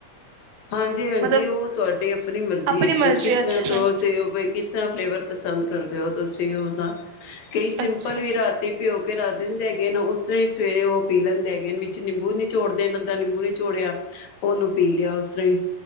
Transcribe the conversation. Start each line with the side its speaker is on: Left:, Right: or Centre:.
Left: ਹਾਂਜੀ-ਹਾਂਜੀ,
Right: ਮਤਲਬ
Left: ਓ ਤੁਆਡੀ ਆਪਨੀ ਮਰਜ਼ੀ
Right: ਆਪਣੀ
Left: ਹੇਗੀ
Right: ਮਰਜ਼ੀ
Left: ਏ। ਕਿਸਰ੍ਹਾਂ
Right: ਅੱਛਾ
Left: ਤੋਂ ਕਿਸ ਕਿਸਰ੍ਹਾਂ ਫਲੇਵਰ ਪਸੰਦ ਕਰਦੇ ਓ। ਤੁਸੀਂ ਉਹਦਾ ਕਈ ਸਿੰਪਲ
Right: ਅੱਛਾ
Left: ਵੀ ਰਾਤੀ ਪਿਓ ਰਖ ਦਿੰਦੇ ਹੈਰਾਨ, ਉਸ ਤਰ੍ਹਾਂ ਹੀ ਸਵੇਰੇ ਉਹ ਪੀ ਲੈਂਦੇ ਹੈਗੇਨ ਵਿੱਚ ਨਿੰਬੂ ਨੀਚੋੜ ਦੇ ਅਧਾ ਨਿੰਬੂ ਨ ਚੋੜਿਆ ਉਹਨੂੰ ਪੀ ਲਿਆ, ਉਸਰਾਂਈ।